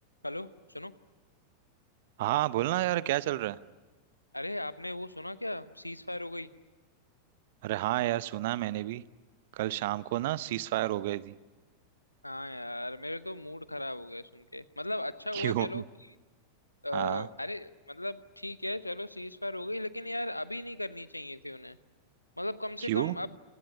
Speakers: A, on the left (about 85°); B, on the right (about 50°).
A: Hello सुनो
B: हाँ बोलना यार क्या चल रहा है
A: अरे आपने वो सुना क्या सीज फायर हो गई
B: अरे हाँ यार सुना मैंने भी कल शाम को ना सीज फायर हो गई थी
A: हाँ यार मेरे तो मूड खराब हो गया सुन के मतलब अच्छा हुआ
B: <laughs> क्यों
A: चलो कि, अ,
B: हाँ
A: अरे मतलब ठीक है चलो सीज फायर हो गई लेकिन यार अभी नहीं करनी चाहिए थी उन्हें मतलब कम
B: क्यों
A: से कम अब